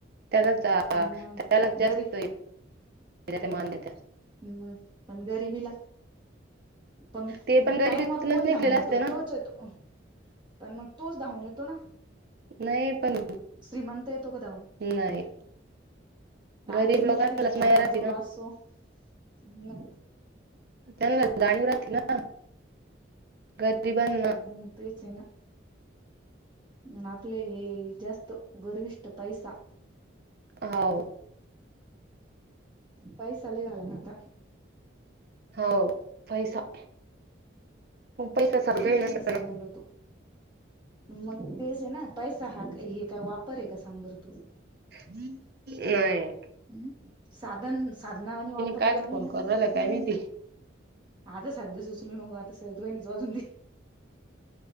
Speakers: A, on the right; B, on the right.
A: त्यालाच अ
B: मग
A: त्याला जास्त
B: गरीब
A: हे देत्या मान देत्या
B: ् मग पण गरीिबीला पण
A: ते गरिबीतूनच
B: टाइमावर कोण
A: निघलेलं
B: धावून येतो
A: असते ना
B: तोच येतो पण मग तोच धावून येतो ना
A: नाही पण
B: श्रीमंत येतो का धावून
A: नाही गरीब
B: अडचण
A: लोकांनाच
B: जर आली तर पाहि
A: माया
B: त्याच्या
A: राहते
B: जवळ
A: ना
B: असो न
A: त्यांन जाणीव राहतील ना. गरिबांना
B: म तेच आहे ना. म आपले हे जास्त गर्विष्ट पैसा.
A: हो.
B: पैसा लई झाला ना आता.
A: हो पैसा. म पैसा साग देईना
B: पैसा
A: सगळ.
B: बोलवतो मग तेच आहे ना. पैसा हा का हे काय वापर आहे का सांग बरं तू.
A: नाहीय.
B: हम्म. साधन साधना वाणी वापरन
A: कायला
B: चालू
A: फोन
B: हाय ना.
A: करू राहिला काय माहिती
B: आता सध्या सुचलू नको, आता स तच वाजून दे.